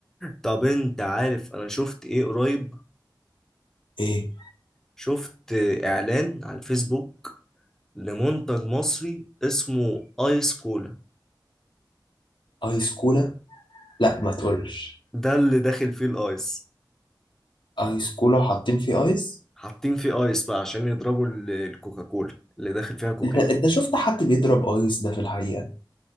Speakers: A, in the centre; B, on the left.
A: طب أنت عارف أنا شفت إيه قريب
B: ايه
A: شفت إعلان على الفيسبوك لمنتج مصري اسمه آيس كولا
B: ايس كولا لا ما تقولش
A: ده اللي داخل فيه الآيس
B: ايس كولا وحاطين فيه ايس
A: حاطين فيه آيس بقى عشان يضربوا ال- الكوكاكولا اللي داخل فيها كوكايين
B: انت انت شفت حد بيضرب ايس ده في الحقيقه